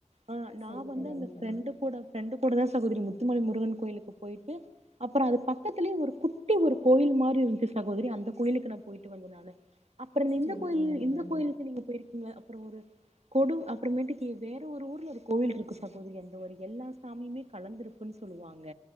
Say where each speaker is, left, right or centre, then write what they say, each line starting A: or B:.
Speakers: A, on the right; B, on the left.
A: ஆ நா
B: செரி
A: வந்து
B: செரிங்க
A: அந்த ஃப்ரெண்டு
B: தோழி
A: கூட ஃப்ரெண்ட்டு கூட தா சகோதரி முத்துமலை முருகன் கோயிலுக்கு பொயிட்டு அப்பறோ அது பக்கத்துலயே ஒரு குட்டி ஒரு கோயில் மாரி இருந்துச்சு சகோதரி அந்த கோயிலுக்கு நா பொயிட்டு வந்தே நானு அப்பறோ இந்த
B: செரி
A: கோயில்
B: செரிங்க
A: இந்த
B: தோழி
A: கோயிலு தே நீங்க போயிருக்கீங்களா அப்பறோ ஒரு கொடு அப்பறமேட்டிக்கி வேற ஒரு ஊர்ல ஒரு கோவில்ருக்கு சகோதரி அந்த ஒரு எல்லா சாமியுமே கலந்துருக் ஒன் சொல்லுவாங்க